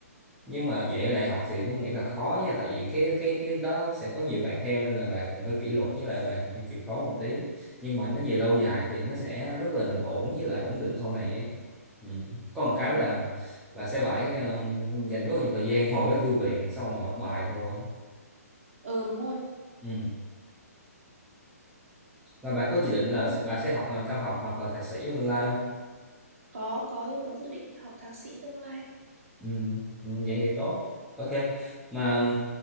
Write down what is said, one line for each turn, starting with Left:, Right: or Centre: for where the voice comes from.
Centre: nhưng mà vậy ở đại học thì tôi nghĩ là khó nha tại vì cái cái cái đó sẽ có nhiều bạn theo nên là bạn cần phải kỷ luật với lại bạn phải chịu khó một tí nhưng mà nó về lâu dài thì nó sẽ rất là bình ổn với lại ổn định sau này ấy. Ừ. Có một
Right: Ờ
Centre: cái là bạn sẽ phải ờ, dành rất là nhiều thời gian ngồi ở thư viện xong rồi học bài thôi
Right: ừ đúng rồi.
Centre: ừ. và bà có dự định là
Right: Hôm
Centre: sẽ, bà sẽ học ờ, cao học hoặc là thạc sĩ trong tương lai không
Right: có có có dự định học thạc sĩ tương lai.
Centre: Ừ, ừ, vậy thì tốt ok mà ừ,